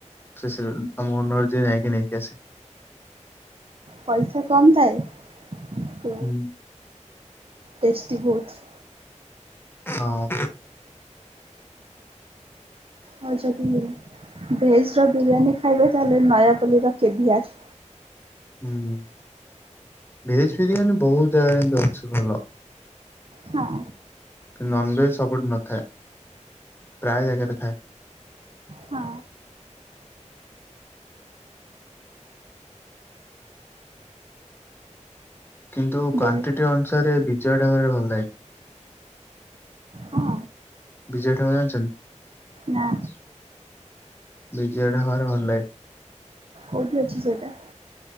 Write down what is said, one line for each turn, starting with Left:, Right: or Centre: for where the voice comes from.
Left: ସେ ସିଲି ଆମ ମନ ହେଇଚି ଯାଇକି ନେଇକି ଆସେ
Right: ପଇସା କମ ଥାଏ ତ
Left: ହୁଁ
Right: ଟେଷ୍ଟି ବହୁତ।
Left: ହଁ
Right: ଆଉ ଯଦି ଭେଜ୍ ର ବିରିୟାନୀ ଖାଇବେ ତାହେଲେ ନୟାପଲ୍ଲୀର କେଭି ଆର୍
Left: ହୁଁ ଭେଜ୍ ବିରିୟାନୀ ବହୁତ ଜାଗାରେ ଏମିତି ଅଛି ଭଲ।
Right: ହଁ।
Left: ନନଭେଜ୍ ସବୁଠି ନଥାଏ ପ୍ରାୟ ଜାଗାରେ ଥାଏ।
Right: ହଁ
Left: କିନ୍ତୁ କ୍ୱାଣ୍ଟିଟି
Right: ବୁଲ
Left: ଅନୁସାରେ ବିଜୟ ଢାବାରେ ଭଲଲାଗେ।
Right: ହଁ
Left: ବିଜୟ ଢ଼ାବା ଜାଣିଛନ୍ତି?
Right: ନା
Left: ବିଜୟ ଢ଼ାବାରେ ଭଲ ଲାଗେ।
Right: କୋଉଠି ଅଛି ସେଇଟା?